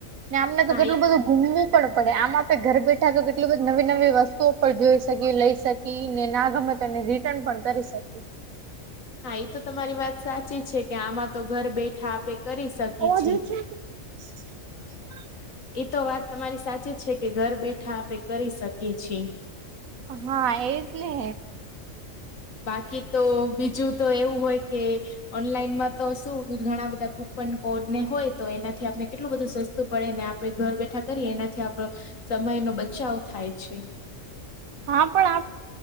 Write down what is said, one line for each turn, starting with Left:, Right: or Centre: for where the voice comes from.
Right: ને આમને તો
Left: હા
Right: કેટલું
Left: ઈ
Right: બધું ઘુમવું પણ પડે આમ આપે ઘર બેઠા તો કેટલી બધી નવી નવી વસ તો પણ જોઈ શકી લઈ શકી ને ના ગમે તને રિટર્ન પણ કરી શકીએ
Left: હા એ તો તમારી વાત સાચી છે કે આમાં તો ઘર બેઠા આપે કરી શકીએ
Right: અવાજ
Left: છે
Right: આવે <inaudible>
Left: એ તો વાત તમારી સાચી છે કે ઘર બેઠા આપે કરી શકીએ છીએ
Right: હા એટલે
Left: બાકી તો બીજું તો એવું હોય કે ઓનલાઈનમાં તો શું ઘણા બધા કુપન કોડ ને હોય તો એનાથી આપને કેટલું બધું સસ્તું પડે ને આ પડે ઘર બેઠા કરીએ એનાથી આપડો સમય નો બચાવ થાય છે
Right: હા પણ આ